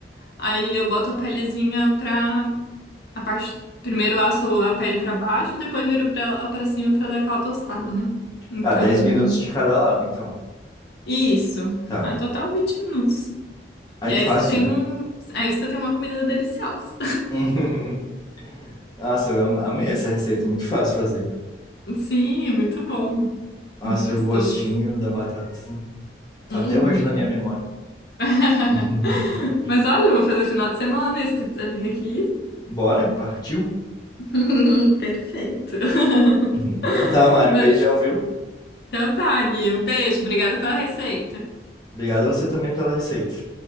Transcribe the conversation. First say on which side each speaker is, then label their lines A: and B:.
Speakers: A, on the left; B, on the left.
A: Aí eu boto a pelezinha pra a parte. Primeiro eu asso a pele pra baixo, depois viro pra, ela pra cima pra dar aquela tostada, né? Então.
B: Tá, 10 minutos de cada lado, então.
A: Isso.
B: Tá.
A: No total, 20 minutos.
B: Ai,
A: E
B: que
A: aí
B: fácil.
A: você tem um. Aí você tem uma comida deliciosa.
B: <laughs> Nossa, eu am- amei essa receita, muito fácil de fazer.
A: <laughs> Sim, muito bom.
B: Nossa,
A: Muito gostoso.
B: e o gostinho da batata tá
A: Uhum.
B: até hoje na minha memória.
A: <laughs>
B: <laughs>
A: Mas olha, eu vou fazer final de semana, se tu quiser vir aqui.
B: Bora, partiu?
A: <laughs> Perfeito.
B: Então
A: <laughs>
B: tá, Mário,
A: Mas,
B: um beijão, viu?
A: então tá, Gui. Um beijo. Obrigada pela receita.
B: Obrigado a você também pela receita.